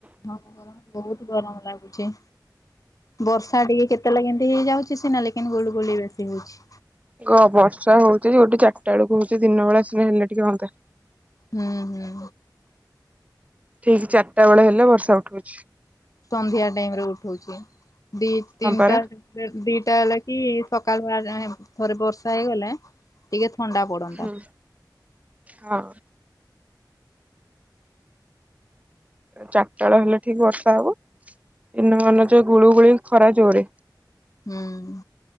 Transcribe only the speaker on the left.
ହଁ <unintelligible> ବହୁତ୍ ଗରମ୍ ଲାଗୁଚି। ବର୍ଷା ଟିକେ କେତେଳେ କେମିତି ହେଇଯାଉଚି ସିନା ଲେକିନ୍ ଗୁଳୁ ଗୋଳି ବେଶୀ ହଉଚି।
ହୁଁ ହୁଁ।
ସନ୍ଧ୍ୟା ଟାଇମରେ ଉଠଉଚି ଦି ତିନିଟା
ଦିଟା ହେଲାକି ସକାଳୁଆ ଜାଣେ ଥରେ ବର୍ଷା ହେଇଗଲେ ଟିକେ ଥଣ୍ଡା ପଡନ୍ତା
ହୁଁ।